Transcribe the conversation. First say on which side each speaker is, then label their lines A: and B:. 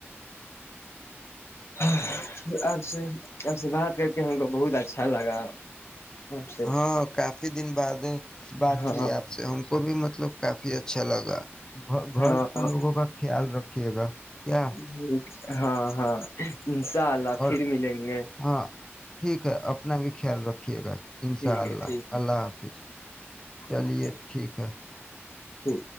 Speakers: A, on the left; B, on the left.
A: ہ آپ سے سب سے بات کر کے ہم کو بہت اچھا لگا آپ سے
B: ہاں کافی دن بعد بات
A: ہاں
B: ہوئی آپ سے ہم کو بھی مطلب کافی اچھا لگا گھر
A: ہاں
B: کا لوگوں کا خیال رکھ رکھیے گا کیا
A: <unintelligible> ہاں ہاں انشاء اللہ پھر
B: اور
A: ملیں گے
B: ہاں ٹھیک ہے اپنا بھی خیال رکھیے گا انشاء
A: ٹھیک ہے
B: اللہ
A: ٹھیک ہے
B: اللہ حافظ چلیے
A: اوکے
B: ٹھیک ہے
A: ٹھیک